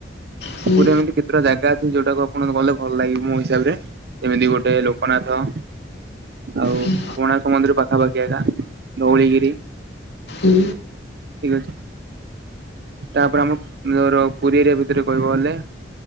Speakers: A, on the left (about 65°); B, on the right (about 60°).
A: ହୁଁ
B: ପୁରୀରେ ଏମିତି କେ କେତଟା ଜାଗା ଅଛି ଯୋଉଟାକୁ ଆପଣଙ୍କୁ ଗଲେ ଭଲ ଲାଗିବ ମୋ ହିସାବରେ। ଯେମିତି ଗୋଟେ ଲୋକନାଥ। ଆଉ
A: ହୁଁ
B: କୋଣାର୍କ ମନ୍ଦିର ପାଖାପାଖି ଏଟା ଧଉଳିଗିରି।
A: ଉଁ
B: ଠିକ୍ ଅଛି। ତାପରେ ଆମ ଯର ପୁରୀରେ ଭିତରେ କହିବ ଗଲେ